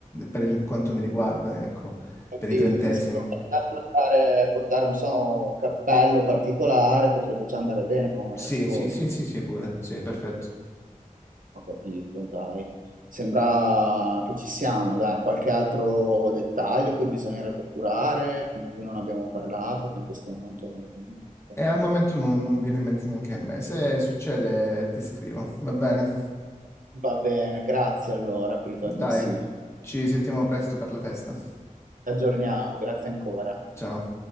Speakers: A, on the left; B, on the right.
A: per il- quanto mi riguarda, ecco,
B: quindi,
A: per i trentesimi.
B: quindi se potete portare, portare, non so, un cappello particolare potrebbe già andare bene con un
A: Sì,
B: dress code.
A: sì, sì, sì, sì, pure, sì, perfetto.
B: Ho capito, dai. Sembra che ci siamo, dai, qualche altro dettaglio che bisognerebbe curare, di cui non abbiamo parlato, che in questo momento non mi viene in mente.
A: E al momento non, non viene in mente neanche a me. Se succede, ti scrivo, va bene?
B: Va bene, grazie allora per i tuoi
A: Dai,
B: consigli.
A: ci sentiamo presto per la festa.
B: Ci aggiorniamo, grazie ancora.
A: Ciao.